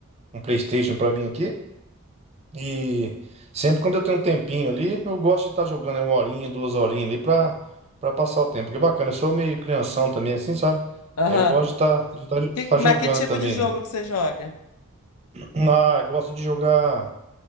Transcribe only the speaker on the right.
um PlayStation pra mim aqui. E sempre quando eu tenho um tempinho ali, eu gosto de estar jogando uma horinha, duas horinhas ali pra, pra passar o tempo. Que é bacana, eu sou meio crianção também, assim, sabe?
Aí eu gosto de estar de
estar
jogando
também
ali.
Ah, gosto de jogar.